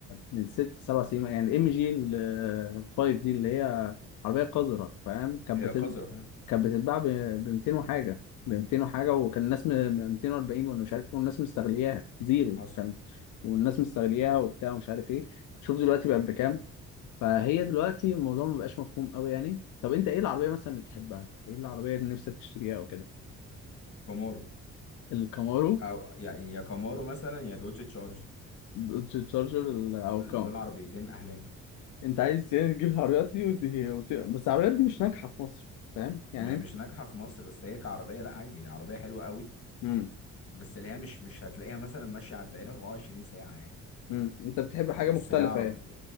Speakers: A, on the left; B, on the left.
A: من ست سبع سنين يعني الام جي ال 5 دي اللي هي عربية قذرة فاهم كانت
B: هي
A: بتت...
B: قذرة فعلا
A: كانت بتتباع ب ب 200 وحاجة ب 200 وحاجة وكان الناس م... م- 240 ولا مش عارف ايه والناس مستغلياها زيرو
B: حصل
A: كان والناس مستغلياها وبتاع ومش عارف ايه شوف دلوقتي بقت بكام فهي دلوقتي الموضوع ما بقاش مفهوم قوي يعني طب انت ايه العربية مثلا اللي بتحبها؟ ايه العربية اللي نفسك تشتريها او كده؟
B: كامارو
A: الكامارو
B: او يعني يا كامارو مثلا يا دوج تشارجر
A: الدوج تشارجر ال- او
B: دول
A: كام
B: دول عربيتين احلامي
A: انت عايز يعني تجيب العربيات دي وت... وت... بس العربيات دي مش ناجحة في مصر فاهم؟ يعني
B: هي
A: انت
B: مش ناجحة في مصر بس هي كعربية لا عادي هي عربية حلوة قوي
A: امم
B: بس اللي هي مش مش هتلاقيها مثلا ماشية على الدائرة 24 ساعة يعني
A: امم انت بتحب
B: بس
A: حاجة مختلفة
B: هي عرب